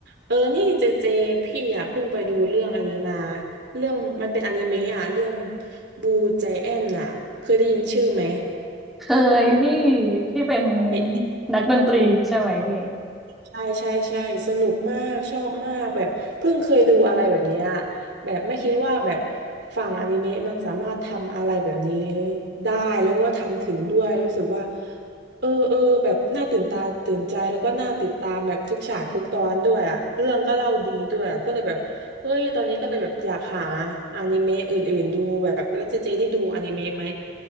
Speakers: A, on the right; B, in the centre.
A: เออนี่เจเจพี่อ่ะเพิ่งไปดูเรื่องอันนี้มาเรื่องมันเป็นอนิเมะอ่ะเรื่องบูใจแอนน่ะ เคยได้ยินชื่อไหม
B: เคยพี่ที่เป็น
A: เคย
B: นักดนตรีใช่ไหมพี่
A: ใช่ใช่ใช่สนุกมากชอบมากแบบเพิ่งเคยดูอะไรแบบเนี้ยแบบไม่คิดว่าแบบฝั่งอนิเมะมันสามารถทำอะไรแบบนี้ได้แล้วก็ทำถึงด้วยรู้สึกว่าเออเออแบบน่าตื่นตาตื่นใจแล้วก็น่าติดตามแบบทุกฉากทุกตอนด้วยอะเรื่องก็เล่าดีด้วยอะก็เลยแบบเฮ้ยตอนนี้ก็เลยแบบอยากหาอนิเมะอื่นๆดูแบบแล้วเจเจนี่ดูอนิเมะไหม